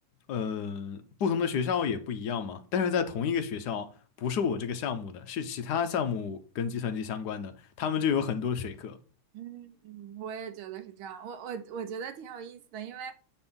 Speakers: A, on the left; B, on the right.
A: 呃，不同的学校也不一样嘛，但是在同一个学校，不是我这个项目的，是其他项目跟计算机相关的，他们就有很多水课。
B: 嗯，我也觉得是这样。我我我觉得挺有意思的，因为